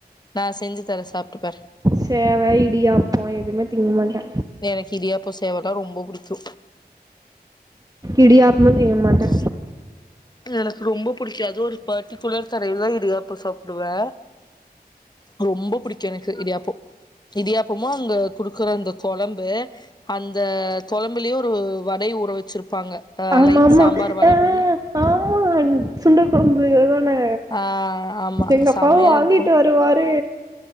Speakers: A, on the left; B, on the right.
A: நா செஞ்சு தரே சாப்ட்டு பாரு
B: சேவை இடியாப்போ எதுவுமே திங்க மாட்டே
A: எனக்கு இடியாப்ப சேவனா ரொம்ப புடிக்கு
B: இடியாப்பமு திங்க மாட்டே
A: <inaudible> எனக்கு ரொம்ப புடிக்கு அதுவு ஒரு பர்ட்டிகுலர் கடையில தா இடியாப்போ சாப்புடுவே ரொம்போ புடிக்கு எனக்கு இடியாப்போ இடியாப்பமு அங்க குடுக்குற அந்த கொழம்பு அந்த கொழம்புலயும் ஒரு வடையா ஊற வச்சிருப்பாங்க அ
B: ஆமா
A: லைக்
B: ஆமா
A: சாம்பார் வட
B: ஆஹ்
A: மாரி
B: ஆமா சுண்டல் கொழம்பு தானே
A: ஆ ஆமா
B: எங்கப்பாவு
A: செமையா
B: வாங்கிட்டு
A: இருக்கு
B: வருவாரு